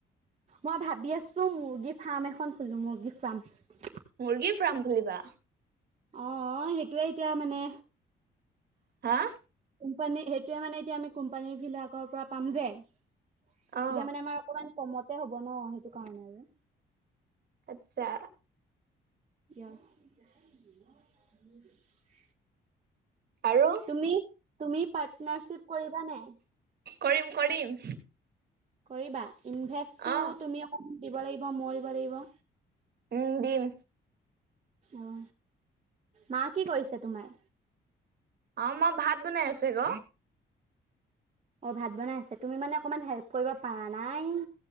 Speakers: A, on the right; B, on the right.
A: মই ভাবি আছু, মুৰ্গী ফাৰ্ম এখন খুলো। মুৰ্গী ফাৰ্ম।
B: মুৰ্গীৰ ফাৰ্ম খুলিবা?
A: অ', সেইটোৱে এতিয়া মানে
B: হা?
A: মানে, সেইটোৱে মানে এতিয়া আমি কোম্পানী বিলাকৰ পৰা পাম যে তিতা
B: অ
A: মানে আমাৰ অকমান কমতে হ'ব ন, সেইটো কাৰণে আৰু।
B: আচ্ছা।
A: কিয় <unintelligible>
B: আৰু
A: তুমি তুমি পাৰ্টনাৰশ্বিপ কৰিবা নে?
B: কৰিম-কৰিম।
A: কৰিবা? ইনভেষ্টটু
B: অ
A: তুমি অকণ দিব লাগিব, মই দিব লাগিব।
B: উম, দিম।
A: অ, মা কি কৰিছে তোমাৰ?
B: অ', মা ভাত বনাই আছে গ।
A: অ', ভাত বনাই আছে। তুমি মানে অকণমান হেল্প কৰিব পাৰা নাই!